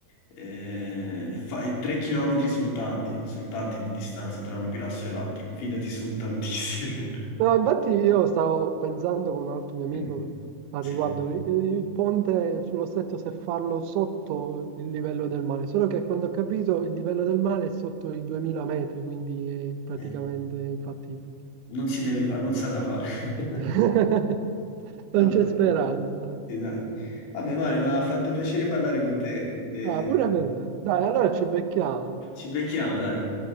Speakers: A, on the left; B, on the right.
A: Eh, fa- e tre chilometri sono tanti, sono tanti di distanza tra un pilastro e l'altro, fidati, sono tantissimi.
B: No, infatti io stavo pensando con un altro mio
A: <laughs>
B: amico al riguardo,
A: Sì.
B: il, il ponte sullo stretto se farlo sotto il livello del mare, solo che quando ho capito il livello del mare è sotto i 2000 metri, quindi è praticamente
A: Eh,
B: infattibile.
A: non si deve fare, non sa da fare. <laughs>
B: <laughs>
A: Vabbè.
B: Non c'è speranza.
A: Sì, dai. Vabbè Mario, mi ha fatto piacere parlare con te. eh,
B: Ah, pure per me. Dai, allora ci becchiamo.
A: ci becchiamo, dai.